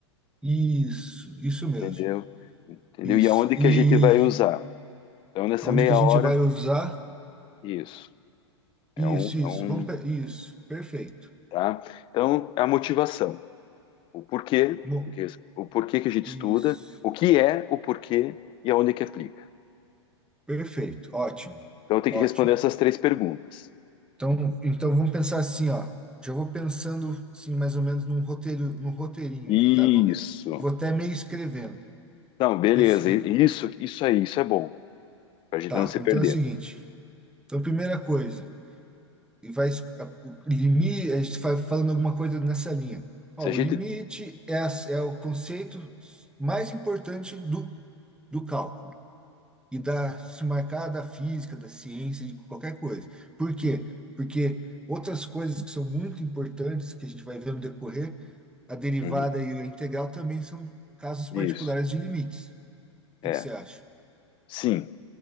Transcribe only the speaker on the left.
entendeu?
Entendeu?
E aonde
que a gente vai usar? Então, nessa
meia
hora,
isso.
É um, é
um,
tá? Então, é a motivação. O porquê,
o porquê que a gente
estuda, o que é, o porquê e aonde que aplica.
Então, tem
que responder essas três perguntas.
Isso.
Não, beleza.
Isso, isso aí, isso é bom, para a gente
não se
perder.
Se a
gente.
Uhum.
Isso.
É.
Sim.